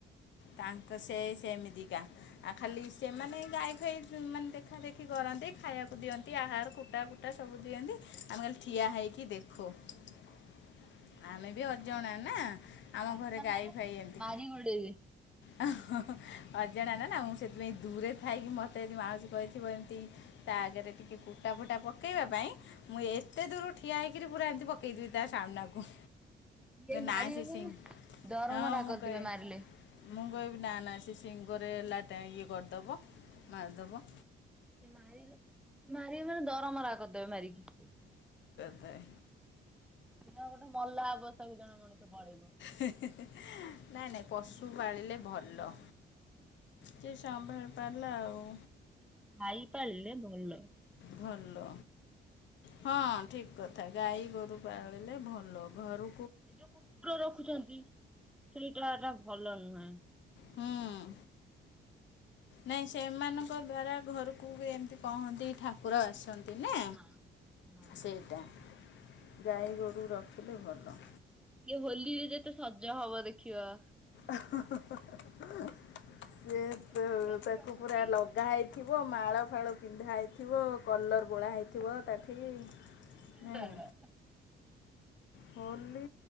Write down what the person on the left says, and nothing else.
ତାଙ୍କ ସେ ସେମିତିକା ଆଉ ଖାଲି ସେମାନେ ଗାଈ ଫାଇ ମାନେ ଦେଖା ଦେଖି କର କରନ୍ତି, ଖାଇବାକୁ ଦିଅନ୍ତି, ଆହାର କୁଟା ଫୁଟା ସବୁ ଦିଅନ୍ତି, ଆମେ ଖାଲି ଠିଆ ହେଇକି ଦେଖୁ। ରଖ <unintelligible> ଆମେ ବି ଅଜଣା ନା, ଆମ
ଘରେ
ଗାଈ
ଫାଇ ଏମତି
ଓ <unintelligible> ଅଜଣା ନା, ନା ମୁଁ, ସେଥିପାଇଁ ଦୂରେ ଥାଇକି ମତେ ଯଦି ମାଉସୀ କହିଥିବ ଏମିତି, ତା ଆଗରେ ଟିକେ ଫୁଟା ଫୁଟା ପକେଇବା ପାଇଁ ମୁଁ ଏତେ ଦୂରରୁ ଠିଆ ହୋଇକରି ପୁରା ଏମିତି ପକାଇଦେବି ତା ସାମ୍ନାକୁ।
ନାଇଁ ସେ
ସିଂ
ହଁ ମୁଁ
କହେ
ମୁଁ କହିବି ନା ନା ସେ ସିଙ୍ଗରେ ଲାଟ ଇଏ କରିଦବ ମାରିଦବ।
ତାଏ
ନାଇଁ ନାଇଁ ପଶୁ ପାଳିଲେ ଭଲ। ଯିଏ ସମ୍ଭାଳି ପାରିଲା ଆଉ
ଭଲ। ହଁ ଠିକ କଥା ଗାଈ ଗୋରୁ ପାଳିଲେ ଭଲ ଘରୁ
ହଁ। ନାଇଁ ସେମାନଙ୍କ ଦ୍ଵାରା ଘରକୁ ଏମିତି କହନ୍ତି ଠାକୁର ଆସନ୍ତି। ଦିନେ
ସେଇଟା ଗାଈ ଗୋରୁ ରଖିଲେ ଭଲ।
ଆହା ହା ହା ହା। ସେ
ତାକୁ
ପୁରା ଲଗା
ହେଇଥିବ
ମାଳ ଫାଳ ପିନ୍ଧା ହେଇଥିବ କଲର୍ ବୋଳା ହେଇଥିବ ତାଠି
ନାଇଁ ହୋଲି